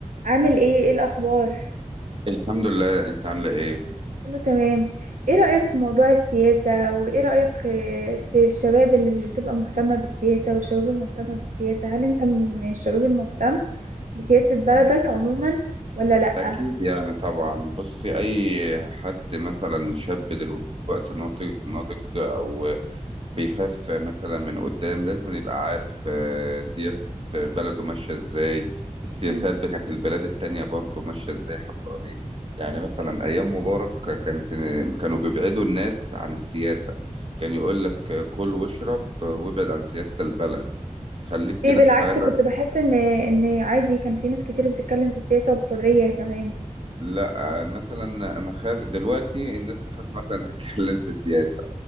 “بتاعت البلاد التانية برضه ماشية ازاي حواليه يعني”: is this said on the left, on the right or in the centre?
Right